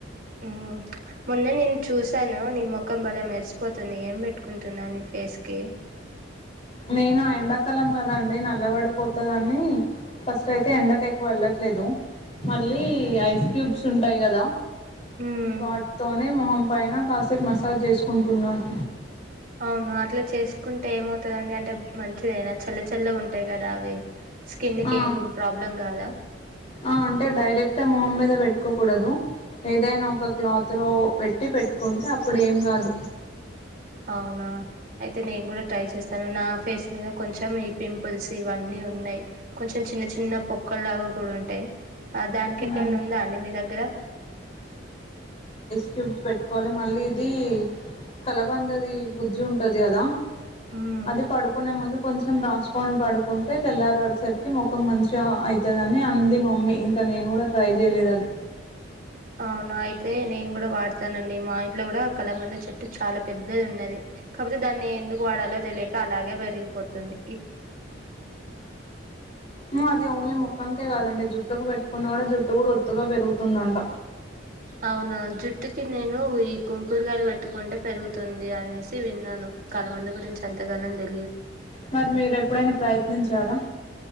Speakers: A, on the right (about 45°); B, on the left (about 30°).
A: ఉమ్ మొన్న నేను చూసాను నీ మొఖం భలే మెరిసిపోత్ తుంది ఏం పెట్టుకుంటున్నావ్ నీ ఫేస్ కి
B: నేనా ఎండా కాలం గ దండి నల్ల పడిపోతదని ఫస్ట్ అయితే ఎండకి ఎక్కువ వెళ్ళట్లేదు మళ్ళీ ఐస్ క్యూబ్స్ ఉంటాయి కదా
A: మ్
B: వాటితోనే మొహం పైన కాసేపు మసాజ్ చేసుకుంటున్నాను
A: అవునా అట్లా చేసుకుంటే ఏమవుతుందండి అంటే మంచిదేనా చల్ల చల్లగుంటాయి కదా అవి స్కిన్
B: ఆ
A: కి ఏం ప్రాబ్లం కాదా
B: ఆ అంటే డైరెక్ట్ ఆ మొహం మీద పెట్ కో కూడదు ఏదైనా ఒక క్లాత్ లో పెట్టి పెట్టుకుంటే అప్పుడు ఏం కాదు
A: అవునా అయితే నేను కూడా ట్రై చేస్తాను నా ఫేస్ మీద కొంచెం ఈ పింపుల్స్ ఇవన్నీ ఉన్నాయి కొంచెం చిన్న చిన్న పొక్కల్ లాగా కూడా ఉన్ టే ఆ దానికి
B: మ్మ్.
A: ఏమన్నా ఉందా అండి మీ దగ్గర
B: తడిచి పెట్టుకోవాలి మళ్ళీ ఇది కలబంద ది గుజ్జు ఉంటది కదా
A: మ్మ్.
B: అది పడుకునే ముందు కొంచ్ కొంచం రాసుకొని పడుకుంటే తెల్లారేసరికి ముఖం మంచిగా అయితదని అంది మమ్మీ ఇంకా నేను కూడా ట్రై చేయలేదు అది.
A: అవును అయితే నేను కూడా వాడతానండి మా ఇంట్లో కూడా కలబంద చెట్టు చాలా పెద్దది ఉన్నది. కపోతే దాన్ని ఎందుకు వాడాలో తెలియక అలాగే వెరి పొతుంది
B: ఉ అది ఓన్లీ మొక్కానికే కాదండి జుట్టుకు వెట్ కున్నగూడ జుట్టు కూడా ఒత్తుగా పెరుగుతుందంట
A: అవునా జుట్టుకి నేను ఈ కుంకుడుగాయలు పెట్టుకుంటే పెరుగుతుంది అనేసి విన్నాను కలబంద గురించి అంతగనం తె
B: మరి మీరు ఎప్పుడైనా ప్రయ త్నించ్చారా